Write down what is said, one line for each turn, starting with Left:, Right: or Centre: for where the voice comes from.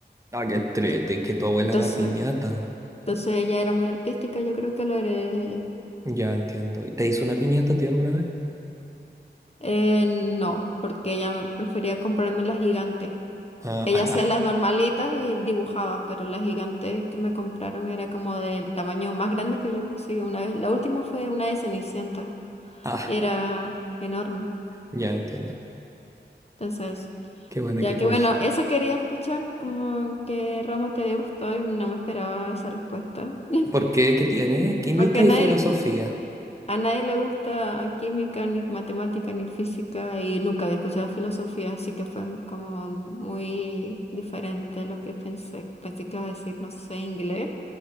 Right: Ah, qué entrete,
Left: Ento-
Right: que tu abuela
Left: Entonces,
Right: da piñata.
Left: entonces ella era muy artística, yo creo que lo heredé de ella.
Right: Ya entiendo. ¿Y ¿Te hizo una piñata, tío, alguna vez?
Left: Eh, no, porque ella prefería comprarme las gigantes
Right: Ah,
Left: Ella
Right: ah,
Left: hacía las normalitas y dibujaba, pero las gigantes que me compraron era como del tamaño más grande que yo. Así una vez, la última fue una de Cenicienta
Right: <laughs>
Left: y
Right: ah,
Left: era enorme.
Right: ya entiendo.
Left: Entonces,
Right: Qué bueno,
Left: ya
Right: qué
Left: que
Right: cool.
Left: bueno, eso quería escuchar, como que Ramo te gustó y no me esperaba esa respuesta. <laughs>
Right: ¿Por qué? ¿Qué tiene? Química
Left: Porque a
Right: y
Left: nadie,
Right: filosofía.
Left: a nadie le gusta química, ni matemática, ni física y nunca había escuchado filosofía, así que fue como muy diferente lo que pensé. Pensé que iba a decir, no sé, inglés.